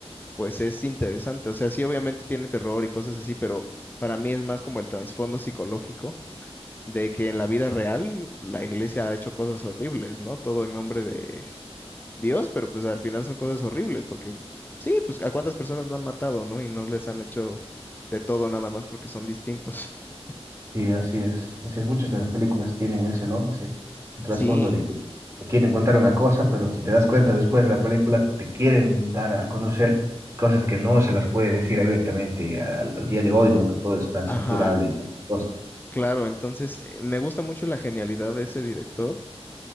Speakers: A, on the left; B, on the right.
A: pues es interesante. O sea, sí, obviamente tiene terror y cosas así, pero para mí es más como el trasfondo psicológico de que en la vida real la iglesia ha hecho cosas horribles, ¿no? Todo en nombre de, Dios, pero pues al final son cosas horribles, porque sí, pues a cuántas personas no han matado, ¿no? Y no les han hecho de todo nada más porque son distintos. <laughs>
B: Sí, así es. Así es, muchas de las películas tienen ese, ¿no? Ese, ese trasfondo
A: Sí,
B: de que te quieren contar una cosa, pero si te das cuenta después de la película, te quieren dar a conocer cosas que no se las puede decir abiertamente al, al día de hoy, ¿no? Que todo es tan
A: ajá,
B: censurable y tan cosas.
A: claro, entonces eh, me gusta mucho la genialidad de ese director.